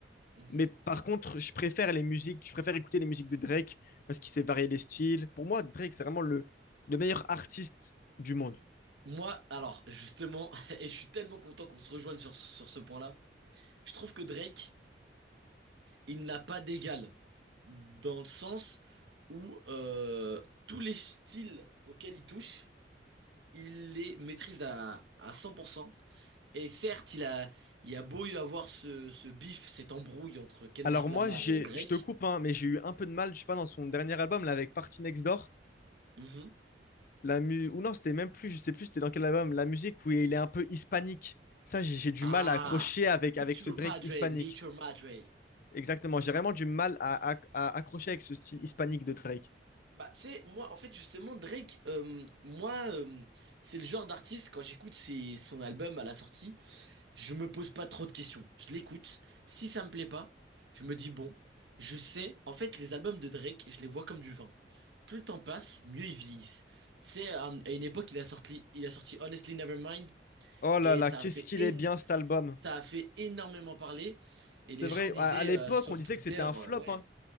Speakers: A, on the right (about 80°); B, on the left (about 50°).
A: mhm.
B: Mais par contre, je préfère les musiques, je préfère écouter les musiques de Drake parce qu'il sait varier les styles. Pour moi, Drake, c'est vraiment le, le meilleur artiste du monde.
A: Moi, alors, justement, <laughs> et je suis tellement content qu'on se rejoigne sur, sur ce point-là. Je trouve que Drake, il n'a pas d'égal dans le sens où euh, tous les styles auxquels il touche, il les maîtrise à, à 100%. Et certes, il a, il a beau y avoir ce, ce bif, cette embrouille entre Kendrick
B: Alors
A: Lamar
B: moi, j'ai,
A: et Drake.
B: je te coupe, hein, mais j'ai eu un peu de mal, je sais pas, dans son dernier album, là, avec Party Next Door.
A: Mhm.
B: La mu... Ou non, c'était même plus, je sais plus, c'était dans quel album, la musique où il est un peu hispanique. Ça, j'ai j'ai du
A: Ah,
B: mal à accrocher avec,
A: meet
B: avec ce
A: your
B: Drake
A: padre,
B: hispanique.
A: meet your madre.
B: Exactement, j'ai vraiment du mal à, à- à accrocher avec ce style hispanique de Drake.
A: Bah, tu sais, moi, en fait, justement, Drake, euh, moi, euh, c'est le genre d'artiste, quand j'écoute ses- son album à la sortie, Je me pose pas trop de questions. Je l'écoute. Si ça me plaît pas, je me dis bon, je sais. En fait, les albums de Drake, je les vois comme du vin. Plus le temps passe, mieux ils vieillissent. Tu sais, à à une époque, il a sorti, il a sorti Honestly Nevermind
B: Oh là
A: et
B: là,
A: ça
B: qu'est-ce
A: a fait,
B: qu'il
A: én-
B: est bien cet album.
A: ça a fait énormément parler. Et
B: C'est
A: les
B: vrai,
A: gens disaient
B: à, à l'époque,
A: euh, sur
B: on disait
A: Twitter,
B: que c'était un flop,
A: euh, ouais,
B: hein.